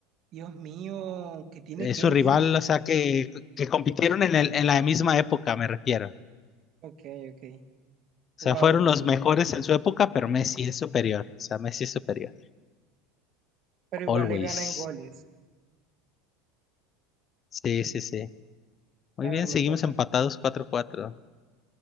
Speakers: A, on the right (about 45°); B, on the left (about 30°).
A: Dios mío, que tiene
B: Es
A: que
B: su
A: mí.
B: rival, o sea, que, que compitieron en, el- en la misma época, me refiero.
A: Ok, ok.
B: O
A: Wow.
B: sea, fueron los mejores en su época, pero Messi es superior. O sea, Messi es superior.
A: Pero igual
B: Always.
A: le gana en goles.
B: Sí, sí, sí. Muy
A: A
B: bien,
A: ver,
B: seguimos
A: me toca.
B: empatados cuatro cuatro